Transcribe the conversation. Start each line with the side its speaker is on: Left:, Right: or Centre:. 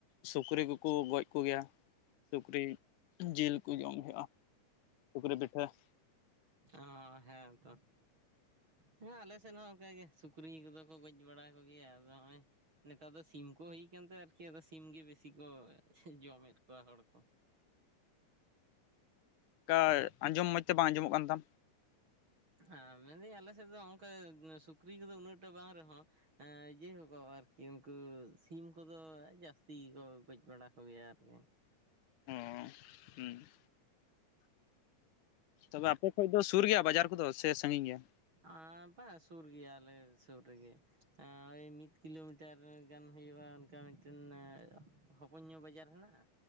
Left: ᱥᱩᱠᱨᱤ ᱠᱩᱠᱩ ᱜᱚᱡ ᱠᱚ ᱜᱮᱭᱟ ᱾ ᱥᱩᱠᱨᱤ ᱡᱤᱞ ᱠᱩ ᱡᱚᱢ ᱦᱩᱭᱩᱜᱼᱟ, ᱥᱩᱠᱨᱤ ᱯᱤᱴᱷᱟᱹ ᱾
Right: ᱚᱻ ᱦᱮᱸ ᱛᱚ ᱾ ᱦᱮᱸ ᱟᱞᱮᱥᱮᱫ ᱦᱚᱸ ᱚᱱᱠᱟᱜᱮ ᱥᱩᱠᱨᱤ ᱠᱚ ᱫᱚ ᱠᱚ ᱜᱚᱡ ᱵᱟᱲᱟ ᱠᱚ ᱜᱮᱭᱟ ᱟᱫᱚ ᱱᱚᱜᱼᱚᱭ ᱼᱼ ᱱᱮᱛᱟᱨ ᱫᱚ ᱥᱤᱢ ᱠᱚ ᱦᱩᱭᱛᱮ ᱟᱨᱠᱤ ᱥᱤᱢ ᱜᱮ ᱵᱮᱥᱤ ᱠᱚ ᱡᱚᱢ ᱮᱫ ᱠᱚᱣᱟ ᱦᱚᱲ ᱠᱚ ᱾
Left: ᱠᱟ ᱟᱸᱡᱚᱢ ᱢᱚᱡᱽ ᱛᱮ ᱵᱟᱝ ᱟᱸᱡᱚᱢᱚᱜ ᱠᱟᱱ ᱛᱟᱢ ᱾
Right: ᱦᱮᱸ ᱢᱮᱱᱫᱟᱹᱧ ᱟᱞᱮ ᱥᱮᱫ ᱫᱚ ᱚᱱᱠᱟ ᱥᱩᱠᱨᱤ ᱠᱚᱫᱚ ᱩᱱᱟᱹᱜᱴᱟ ᱵᱟᱝ ᱨᱮᱦᱚᱸᱼᱼ ᱡᱮ ᱠᱚ ᱟᱨᱠᱤ ᱩᱱᱠᱩ ᱥᱤᱢ ᱠᱚᱫᱚ ᱡᱟᱹᱥᱛᱤ ᱜᱮᱠᱚ ᱜᱚᱡ ᱵᱟᱲᱟ ᱠᱚ ᱜᱮᱭᱟ ᱟᱨᱠᱤ ᱾
Left: ᱚ ᱦᱩᱸ ᱛᱚᱵᱮ ᱟᱯᱮ ᱠᱷᱚᱡ ᱫᱚ ᱼᱼ ᱥᱩᱨ ᱜᱮᱭᱟ ᱵᱟᱡᱟᱨ ᱠᱚᱫᱚ ᱥᱮ ᱥᱟᱺᱜᱤᱧ ᱜᱮᱭᱟ?
Right: ᱟᱸ ᱵᱟᱝ ᱥᱩᱨ ᱜᱮᱭᱟ ᱟᱞᱮ ᱥᱩᱨ ᱨᱮᱜᱮ ᱾ ᱳᱭ ᱢᱤᱫ ᱠᱤᱞᱳᱢᱤᱴᱟᱨ ᱜᱟᱱ ᱦᱩᱭᱩᱜᱼᱟ ᱚᱱᱠᱟ ᱢᱤᱫᱴᱮᱱ ᱼᱼ ᱦᱚᱯᱚᱱ ᱧᱚᱜ ᱵᱟᱡᱟᱨ ᱦᱮᱱᱟᱜᱼᱟ